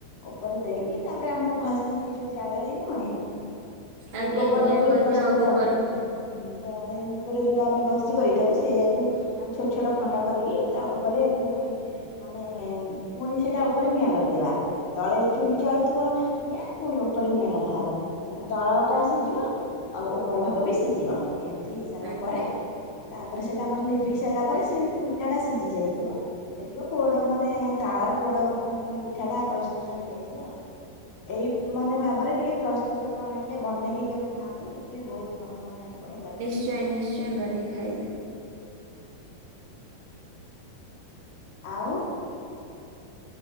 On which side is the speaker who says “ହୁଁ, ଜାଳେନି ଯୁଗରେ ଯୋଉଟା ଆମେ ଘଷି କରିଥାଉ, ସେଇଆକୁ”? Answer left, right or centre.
Left